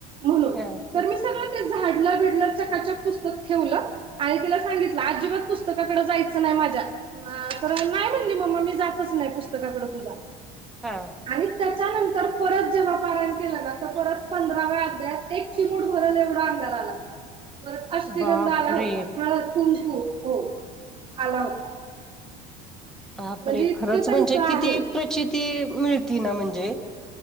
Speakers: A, on the right; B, in the centre.
A: म्हणून
B: हा
A: तर मी सगळं झाडलं भिडलं चकाचक पुस्तक ठेवलं आणि तिला सांगितलं अजिबात पुस्त पुस्तकाकडं जायचं नाही माझ्या तर नाही म्हणली मम्मा मी जातच नाही पुस्तकाकडे तुझ्या.
B: हा
A: आणि त्याच्यानंतर परत जेव्हा पारायण केलं ना तेव्हा परत पंधराव्या अध्यायत एक चिमूट भरल एवढा अंगारा आला होता. परत अष्टगंध
B: बापरे
A: आला होता. हळद कुंकू हो आला होता.
B: बापरे!
A: म्हणजे इतकं
B: खरंच
A: त्यांच
B: म्हणजे
A: आहे.
B: किती प्रचिती मिळती ना म्हणजे